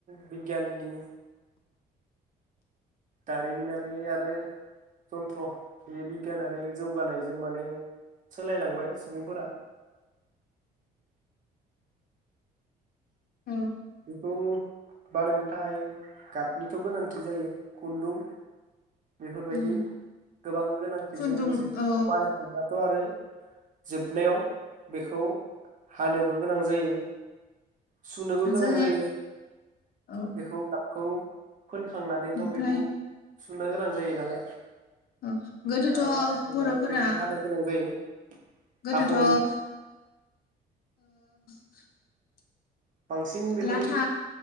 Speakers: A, on the right; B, on the left.
A: बिगियाननि दारिमिनारि आरो जन्थ्र बे बि गियानारि जौगानायजों माने सोलायलांबाय सुबुंफोरा
B: औ
A: बेखौ बानायनो थाखाय गाबनिथ' गोनांथि जायो खुन्दुं बेफोरबायदि
B: उम
A: गोबां गोनांथिजों
B: खुन्दुं
A: लोगोसे बेखौ
B: औ
A: बानायफिनब्लाथ' आरो जोबनायाव बेखौ हानोबो गोनां जायो सुनोबो गोनां
B: जोङो
A: जायो
B: औ
A: बेखौ गाबखौ फोनखांनानैथ'
B: ओमफ्राय
A: बेखौ सुनो गोनां जायो नालाय
B: औ गोदोथ'
A: आरो बानायखांनानै
B: बर'फोरा
A: बेखौ हानो गोनां जायो
B: गोदोथ'
A: हाख'नो
B: <inaudible>
A: बांसिन बेखौ
B: लाथा